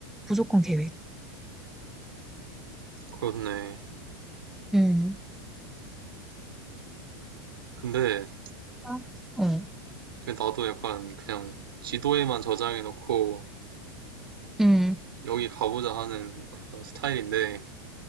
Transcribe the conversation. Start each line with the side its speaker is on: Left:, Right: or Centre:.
Centre: 무조건 계획.
Right: 그렇네.
Centre: 음,
Right: 근데
Centre: 아, 어.
Right: 나도 약간 그냥 지도에만 저장해놓고
Centre: 음,
Right: 여기 가보자 하는 그런 스타일인데,